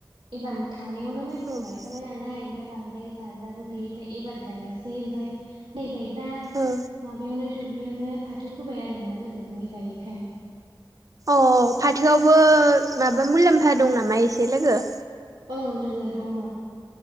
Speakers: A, on the right; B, on the right.
A: एबार थांनायावनो माइखौ
B: औ
A: गायखाबाय नालाय ओमफ्राय बांद्राय जाग्राबो गैयिखाय एबार गायासै ओमफ्राय माइ गायग्रा
B: औ
A: माबायावनो दुब्लियावनो फाथो फोबाय आरोना लोगो माइ गायैखाय
B: अ फाथोआवबो माबा मुलाम्फा दं नामा एसे लोगो
A: औ लोगो दङ